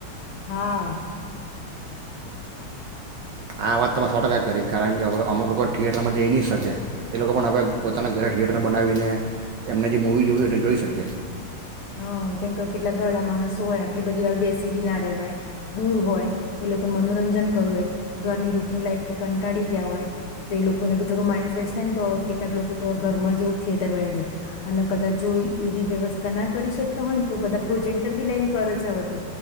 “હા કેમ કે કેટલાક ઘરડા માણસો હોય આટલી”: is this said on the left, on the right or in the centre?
Left